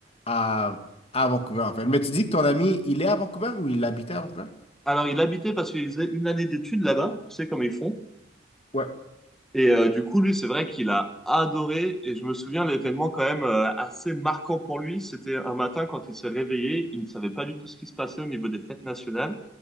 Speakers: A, on the left; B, in the centre.
A: à, à Vancouver, en fait. Mais tu dis que ton ami, il est à Vancouver ou il habitait à Vancouver?
B: Alors, il habitait parce qu'il faisait une année d'études là-bas. Tu sais comment ils font.
A: Ouais,
B: Et euh, du coup, lui, c'est vrai qu'il a adoré. Et je me souviens l'événement quand même euh, assez marquant pour lui. C'était un matin quand il s'est réveillé, il ne savait pas du tout ce qui se passait au niveau des fêtes nationales.